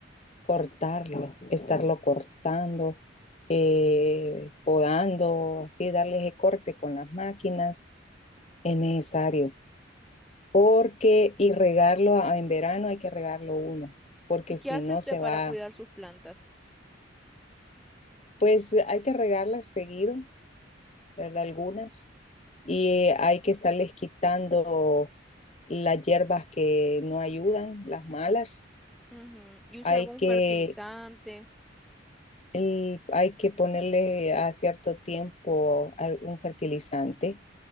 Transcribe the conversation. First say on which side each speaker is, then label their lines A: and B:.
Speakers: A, on the left (about 35°); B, in the centre.
A: Cortarlo, estarlo cortando, eh, podando, así, darle ese corte con las máquinas es necesario. Porque, y regarlo a- en verano hay que regarlo uno, porque
B: ¿Y qué
A: si
B: hace
A: no
B: usted
A: se
B: para
A: va,
B: cuidar sus plantas?
A: pues hay que regarlas seguido, ¿verdad? Algunas, y eh, hay que estarles quitando las hierbas que no ayudan, las malas.
B: Ujú. ¿Y usa
A: Hay
B: algún
A: que
B: fertilizante?
A: el- hay que ponerle a cierto tiempo al- un fertilizante,